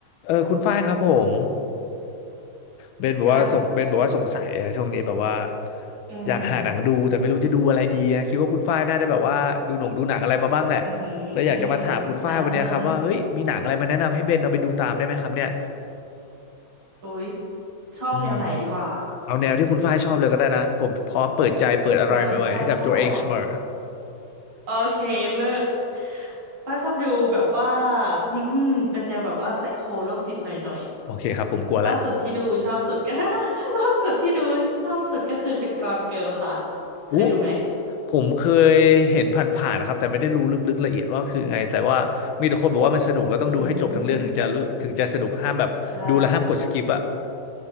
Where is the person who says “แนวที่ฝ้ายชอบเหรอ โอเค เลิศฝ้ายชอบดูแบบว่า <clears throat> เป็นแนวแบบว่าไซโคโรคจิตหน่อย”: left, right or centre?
Right